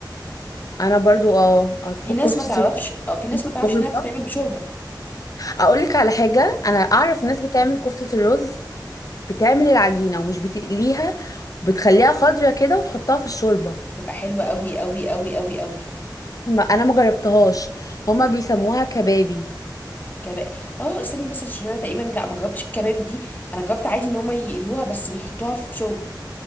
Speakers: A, on the left; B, on the left.
A: انا برضو اه أف-
B: في ناس
A: كفتة
B: ما تعرفش اه في ناس ما تعرفش
A: الرز
B: انها بتتعمل
A: ده.
B: بشوربة
A: اقول لك على حاجة انا اعرف ناس بتعمل كفتة الرز بتعمل العجينة ومش بتقليها بتخليها خضرة كده وتحطها في الشوربة
B: بتبقى حلوة قوي قوي قوي قوي قوي
A: ما انا ما جربتهاش هما بيسموها كبابي
B: كباب اه استني بس عشان انا تقريبا لا ما جربتش الكبابي دي انا جربت عادي ان هم يقلوها بس بيحطوها في شوربة